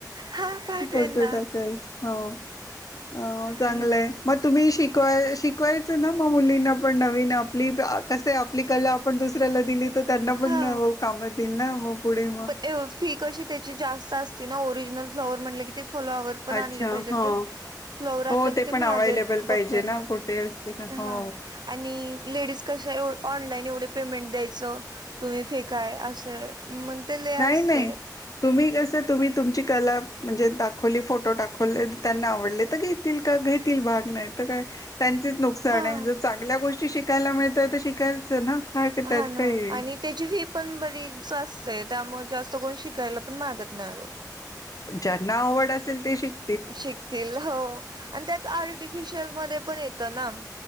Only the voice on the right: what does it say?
हा पाठवेन
ना
हम्म
हा
पण फी कशी त्याची जास्त असती ना ओरिजिनल फ्लॉवर म्हटले की ते फ्लॉवर पण
आणले पाहिजेत
फ्लवरता
कि
महाग
आहेत बघता
ना
ह
आणि लेडीज ऑनलाईन एवढे पेमेंट द्यायचं तुम्ही फेकाय असं ते लय
असतय.
हा.
हा ना
आणि त्याची फी पण बरीच स्वस्त आहे त्यामुळे जास्त कोण शिकायला पण मागत नाही ग
शिकतील हो आणि त्यात आर्टिफिशियल मध्ये पण येतो ना